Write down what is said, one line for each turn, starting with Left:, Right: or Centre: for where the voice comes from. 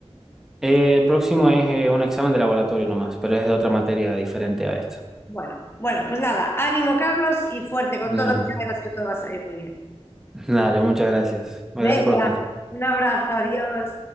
Centre: Eh, el próximo es eh, un examen de laboratorio nomás, pero es de otra materia diferente a esto.
Left: Bueno, bueno, pues nada, ánimo, Carlos, y fuerte con
Centre: Dale,
Left: todo, que ya verás que todo va a salir muy bien.
Centre: dale, muchas gracias. Gracias
Left: Venga,
Centre: por los consejos.
Left: un abrazo, adiós.